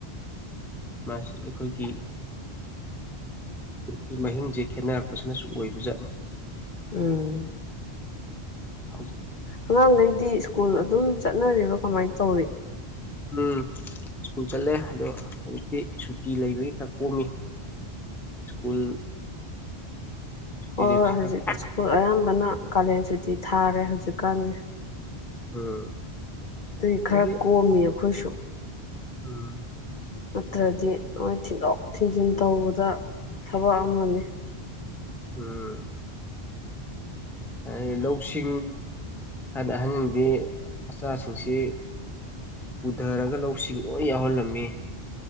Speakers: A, in the centre; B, on the left.
A: ꯑꯩꯈꯣꯏꯒꯤ ꯍꯧꯖꯤꯛꯀꯤ ꯃꯍꯤꯡꯁꯦ ꯈꯦꯠꯅꯔꯛꯄꯁꯤꯅꯁꯨ ꯑꯣꯏꯕ ꯆꯠꯅꯤ
B: ꯎꯝ
A: ꯍꯧ
B: ꯑꯉꯥꯡꯈꯩꯗꯤ ꯁ꯭ꯀꯨꯜ ꯑꯗꯨꯝ ꯆꯠꯅꯔꯤꯕ ꯀꯃꯥꯏꯅ ꯇꯧꯔꯤ
A: ꯎꯝ ꯁ꯭ꯀꯨꯜ ꯆꯠꯂꯦ ꯑꯗꯣ ꯍꯧꯖꯤꯛꯇꯤ ꯁꯨꯇꯤ ꯂꯩꯕꯒꯤ ꯈꯛ ꯀꯣꯝꯃꯤ ꯁ꯭ꯀꯨꯜ ꯁꯨꯇꯤ
B: ꯑꯣ
A: ꯂꯩꯕꯁꯤ
B: ꯍꯧꯖꯤꯛ
A: ꯈꯔ
B: ꯁ꯭ꯀꯨꯜ ꯑꯌꯥꯝꯕꯅ ꯀꯥꯂꯦꯟ ꯁꯨꯇꯤ ꯊꯥꯔꯦ ꯍꯧꯖꯤꯛꯀꯥꯟꯁꯦ
A: ꯎꯝ
B: ꯑꯗꯨꯒꯤ ꯈꯔ
A: ꯑꯗꯒꯤ
B: ꯀꯣꯝꯃꯤ ꯑꯩꯈꯣꯏꯁꯨ
A: ꯎꯝ
B: ꯅꯠꯇ꯭ꯔꯗꯤ ꯅꯣꯏ ꯊꯤꯟꯗꯣꯛ ꯊꯤꯟꯖꯤꯟ ꯇꯧꯕꯗ ꯊꯕꯛ ꯑꯃꯅꯤ
A: ꯎꯝ ꯍꯥꯏ ꯂꯧꯁꯤꯡ ꯑꯍꯟꯗꯤ ꯃꯆꯥꯁꯤꯡꯁꯤ ꯄꯨꯊꯔꯒ ꯂꯧꯁꯤꯡ ꯂꯣꯏ ꯌꯥꯎꯍꯜꯂꯝꯃꯤ